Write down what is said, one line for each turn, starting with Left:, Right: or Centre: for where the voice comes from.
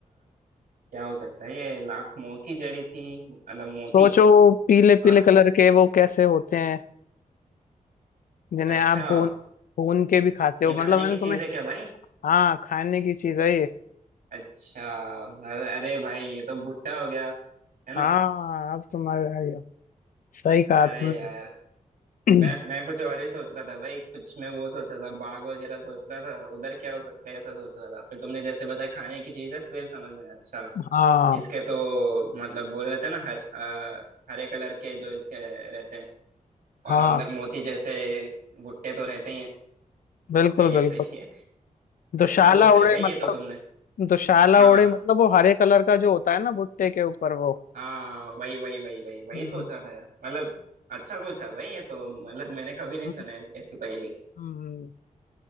Right: क्या हो सकता है ये लाख मोती जड़ी थी मतलब मोती
Left: सोचो वो पीले पीले
Right: और
Left: कलर के वो कैसे होते हैं जिन्हें
Right: अच्छा
Left: आप भून भून के भी खाते हो
Right: ये
Left: मतलब
Right: खाने
Left: मैंने
Right: की चीज
Left: तुम्हें
Right: है क्या भाई
Left: हाँ खाने की चीज है ये
Right: अच्छा अरे अरे भाई ये तो भुट्टा हो गया है ना
Left: हाँ अब तुम्हारे आ गया सही कहा
Right: अरे
Left: तुमने
Right: यार मैं
Left: <clears throat>
Right: मैं कुछ और ही सोच रहा था भाई कुछ मैं वो सोच रहा था बाग वगैरह सोच रहा था उधर क्या हो सकता है ऐसा सोच रहा था फिर तुमने जैसे बताया खाने की चीज है फिर समझ में आया, अच्छा
Left: हाँ
Right: इसके तो मतलब बोल रहे थे ना हर अ, हरे कलर के जो इसके रहते हैं
Left: हाँ
Right: और अंदर मोती जैसे भुट्टे तो रहते ही हैं
Left: बिल्कुल
Right: सही है
Left: बिल्कुल
Right: सही है
Left: दुशाला
Right: अच्छा पूछा
Left: ओढ़े
Right: है भाई
Left: मतलब
Right: ये तो तुमने
Left: दुशाला
Right: हाँ
Left: ओढ़े मतलब वो हरे कलर का जो होता है ना भुट्टे के ऊपर वो
Right: हाँ हाँ, वही वही वही वही वही
Left: हम्म
Right: सोच रहा था यार मतलब अच्छा पूछा भाई ये तो मतलब मैंने कभी नहीं
Left: हम्म
Right: सुना है ऐस- ऐसी पहेली
Left: हम्म